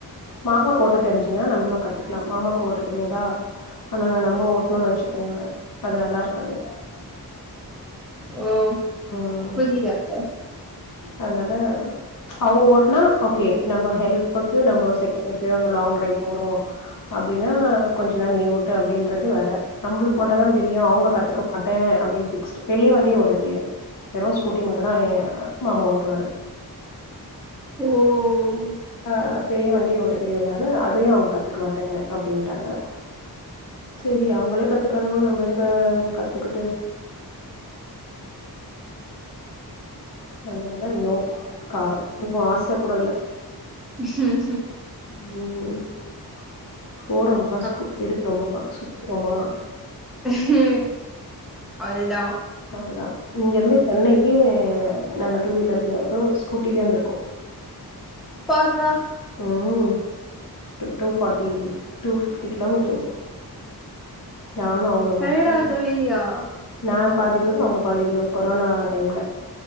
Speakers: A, on the left (about 60°); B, in the centre.
A: மாமாக்கு ஓட்ட தெரிஞ்சுதுன்னா நம்மளும் கத்துக்கலாம் மாமாக்கு ஓட்ட தெரியாதா ஆனா நான் நம்ப ஓட்டுன்னோனு வச்சுக்கோங்க அது நல்லா இருக்காது
B: ஓஹ்
A: ம்.
B: புரியல அத்த
A: அதனால அவங்க ஓட்டுனா ஓகே நம்ம ஹெல்ப்புக்கு நம்ம செகண்ட் எப்பயோ லாங் டிரை போறோம் அப்படின்னா கொஞ்ச நேர நீ ஓட்டு அப்படின்றது வேற நம்மளுக்கு மட்டம்தான் தெரியும் அவங்க கத்துக்க மாட்டேன் அப்படின்னு ஃபிக்ஸ்ட் பெரிய வண்டியே ஓட்ட தெரியாது வெறும் ஸ்கூட்டி மட்டு தான் ஏன் மாமா ஓட்டுவாரு
B: ஓஹ்
A: ஆஹ் பெரிய வண்டிய ஓட்ட தெரியதுனால அதையும் அவங்க கத்துக்க மாட்டேன் அப்படின்ட்டாங்க சரி அவங்களே கத்துக்காதமோது நம்ம எதுக்கு கத்துக்கிட்டு அதனால இன்னும் கார் ம் இன்னும் ஆசை கூட இல்ல
B: ஹம்ம்
A: உம் போறோம் ப்ப
B: அப்
A: ஸ் கு எடுக்கறோமா சு அப்புறமா
B: ஹம் அதே தான்
A: அததான் இங்க இருந்து சென்னைக்கு நாங்க டூ வீலர்லயே அது ஸ்கூட்டிலயே வந்திருக்கோம்
B: பார்ரா
A: ஹ்ம்ம் டுஃபாட்டி டுஃபிப்டி கிலோமீட்டர்ஸ் நானும் அவங்கள
B: டயர்ட்
A: மட்டும்
B: ஆகவே இல்லையா
A: நான் பாதி தூரம் அவங்க பாதி தூரம் கொரோனா டைம்ல